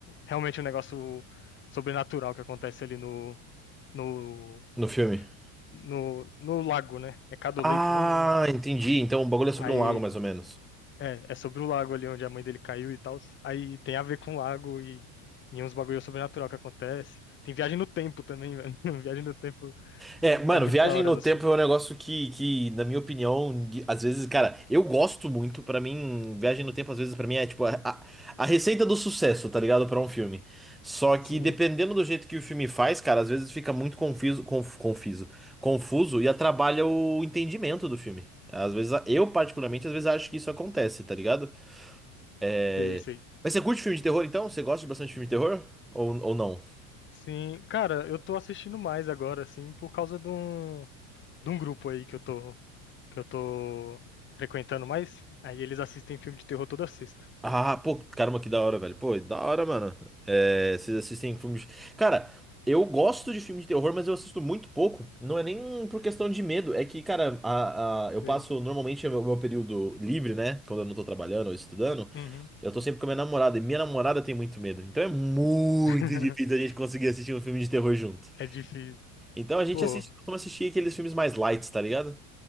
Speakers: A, on the left; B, in the centre.
A: realmente um negócio sobrenatural que acontece ali no, no,
B: no filme.
A: no, no lago, né? É Caddo
B: Ah,
A: Lake o nome, né?
B: entendi. Então o bagulho é sobre
A: Aí
B: um lago, mais ou menos.
A: é, é sobre o lago ali onde a mãe dele caiu e tal. Aí tem a ver com o lago e, e uns bagulho sobrenatural que acontece. Tem viagem no tempo também, velho. <laughs> Viagem no tempo
B: É, mano,
A: é muito
B: viagem
A: da hora
B: no
A: no
B: tempo
A: filme.
B: é um negócio que, que na minha opinião, de- às vezes, cara, eu gosto muito. Pra mim, viagem no tempo, às vezes, pra mim é tipo a, a- a receita do sucesso, tá ligado? Pra um filme. Só que
A: Sim,
B: dependendo do jeito que o filme faz, cara, às vezes fica muito confuso, conf, confuso, confuso e atrapalha o entendimento do filme. Às vezes, eu particularmente, às vezes acho que isso acontece, tá ligado? É...
A: sei, sei.
B: Mas você curte filme de terror, então? Você gosta de bastante filme de terror? Ou, ou não?
A: Sim, cara, eu tô assistindo mais agora, assim, por causa de um. de um grupo aí que eu tô, que eu tô frequentando mais. Aí eles assistem filme de terror toda sexta.
B: Ah, pô, caramba, que da hora, velho. Pô, da hora, mano. É, vocês assistem filmes. Cara, eu gosto de filme de terror, mas eu assisto muito pouco. Não é nem por questão de medo. É que, cara, a, a- eu
A: Sei.
B: passo normalmente o meu, meu período livre, né? Quando eu não tô trabalhando ou estudando,
A: Uhum.
B: eu tô sempre com a minha namorada. E minha namorada tem muito medo. Então é muito
A: <laughs>
B: difícil a gente conseguir assistir um filme de terror junto.
A: É difícil.
B: Então a gente
A: Pô,
B: assiste, costuma assistir aqueles filmes mais light, tá ligado?